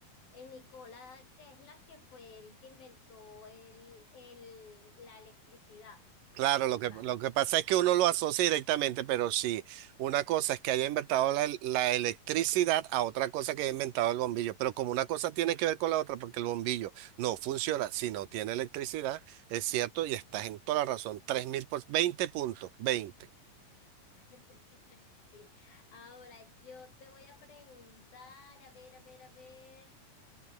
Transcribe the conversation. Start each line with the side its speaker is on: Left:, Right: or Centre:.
Left: en Nikola Tesla, que fue el que inventó el, el, la electricidad
Right: Claro,
Left: como
Right: lo que,
Left: tal.
Right: lo que pasa es que uno lo asocia directamente, pero sí, una cosa es que haya inventado la, el- la electricidad a otra cosa que haya inventado el bombillo. Pero como una cosa tiene que ver con la otra, porque el bombillo no funciona si no tiene electricidad, es cierto, y estás en toda la razón. tres mil por 20 puntos, veinte
Left: <laughs> Sí. Ahora yo te voy a preguntar, a ver, a ver, a ver,